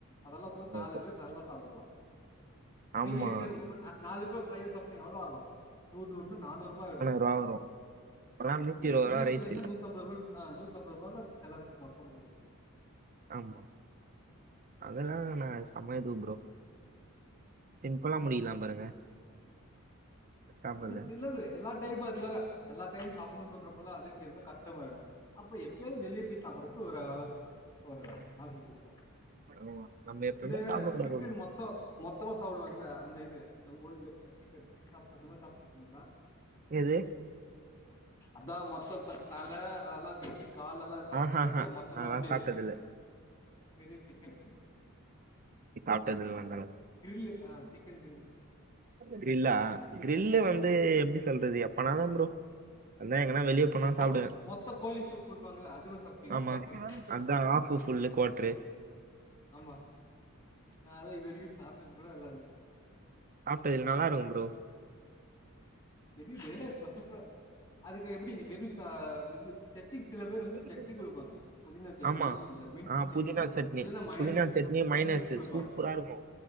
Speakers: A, on the left; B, on the right.
A: அதெல்லாம் போட்டு
B: அவ்வளவுதான்.
A: நாலு பேர் நல்லா சாப்புடுலா <unintelligible>
B: ஆமா
A: நாலு பேர் பிரைடு ரைஸ் எவ்வளோ ஆகும் நூறு நூறு வந்து நானூறு ரூபாயாயிடும்
B: ரூபா வரும் இப்பெல்லாம் நூத்தி இருபது ரூபா
A: வீட்டில
B: ரைஸ்
A: இருந்து நூத்தி ஐம்பது ரூபாய்க் ஆஹ நூத்தம்ரூபானா செலவுக்கு மொத்தம் முடிஞ்சிடும்
B: ஆமா அதெல்லா நா செமைய செய்வ ப்ரோ பின்பல்லாம்
A: ஆமா
B: முடிதா பாருங்க சாப்பிடுறது
A: அது சிலாது எல்லா தேய் பாத்துக்காக எல்லா டைம் சாப்பிடணு தோன்றப்பலா அதே டைம்ல கஷ்டமாயிடும் அப்ப எப்பாவது வெளிய எப்புடி சாப்புடுறது ஒரு அளவுக்கு ஒரு ஆட்டு இருக்கும்
B: ஆமா, நம்ம எப்பவுமே
A: இந்த
B: சாப்பிடக்கூடாது
A: சிக்கன்
B: ப்ரோ
A: மொத்தம் மொத்தவ சாப்பிடுவாங்கள அந்த இது அந்த ஓரு சிக்கன் அது சா அந்த மாரி சாப்பிட்டுருக்கீங்களா
B: எது
A: அத மொத்த தழ அதல்லாம் வெட்டிக் கால எல்லாம் கரெக்டா
B: ஆஹா
A: வெட்டி மொத்தமாஅப்படியே
B: அதெல்லாம் சாப்பிட்டது இல்ல
A: வெறு சிக்கன்
B: சாப்பிட்டல்லனா
A: கிரில் ஆ சிக்கன் கிரில்
B: கிரில்லா கிரில்லு வந்து
A: ஆமா கிரில்
B: எப்டி சொல்றது எப்பனாலு ப்ரோ அதான் எங்கன்னா வெளியே போனா
A: அது
B: சாப்பிடுவேன்
A: மொத் மொத்த கோழி தூக் குடுப்பாங்களா அதுவே சாப்பிட்டு இருக்கீங்கள
B: ஆமா
A: கேக்ற
B: அதான் ஆஃப் ஃபுல்லு குவார்டரு
A: ஆமா நால இது வரைக்கு சாப்ட்டது கூட இல்ல
B: சாப்ட்டதில்ல நல்லா இருக்கும் ப்ரோ <unintelligible>
A: தெரியுது சொசச அதுக்கு எப்டி வெருசா இது செத்திக் சில பேர் வந்து சட்னி
B: ப்ரோ
A: குடுப்பாங்க புதினா சட்னி
B: ஆமா
A: அந்த மின்ட்
B: ஆ
A: சட்னி
B: புதினா
A: இல்லன்னா மயனீஸ்
B: புதினா சட்னி மைனஸ்
A: மயனீஸ் குடுப்பாங்க
B: சூப்பரா இருக்கும்